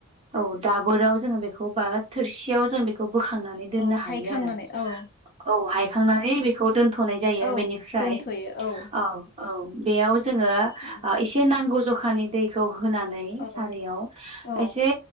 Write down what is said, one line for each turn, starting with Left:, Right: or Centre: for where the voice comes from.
Right: औ दाबोराव जोंङो बेखौ बा थोरसियाव जों बे खौ बोखांनानै दोननो
Left: औ
Right: हायो
Left: हायखांनानै
Right: आरो
Left: औ
Right: औ हायखांनानै बेखौ दोनथनाय जायो।
Left: औ
Right: बेनिफ्राय
Left: दोनथयो औ।
Right: औ औ बेयाव जोङो
Left: औ
Right: ओ एसे नांगौ जखानि दैखौ होनानै
Left: औ
Right: सारायाव
Left: औ
Right: एसे